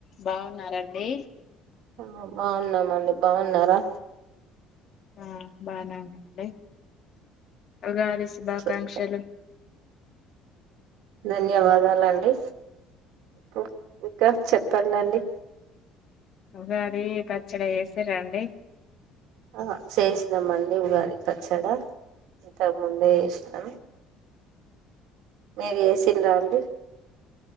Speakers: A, on the left; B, on the right.
A: బాగున్నారండి
B: ఆ బాగున్నామ్ అండీ బాగున్నారా
A: ఆ బానే ఉన్నామండీ ఉగాది శుభాకాంక్షలు
B: చెప్తా ధన్యవాదాలండి ప్ ఇంకా చెప్పండండీ
A: ఉగాది పచ్చడ చేసిర అండీ
B: ఆ చేసినాం అండి ఉగాది పచ్చడ ఇంతకు ముందే చేస్నమ్ మీరు చేసిల్ల అండి